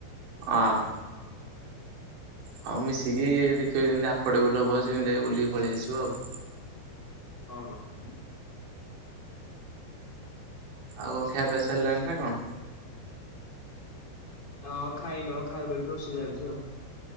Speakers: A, on the right (about 75°); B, on the left (about 25°).
A: ଅନ୍। ହଉ ମିଶିକି ଇ ଦେଖିବ ଯେମିତି ଆଫଡେବୁଲ ହବ ସେମିତି ଯାଇକ ବୁଲିକି ପଳେଇ ଆସିବ ଆଉ।
B: ହଁ ହଁ।
A: ଆଉ ଖିଆପିୟା ସରିଲାଣି ନା କଣ?
B: ହଁ ଖାଇନୁ ଖାଇବୁ ଏଠି ରୋଷେଇ ଚାଲିଛି ଆଉ।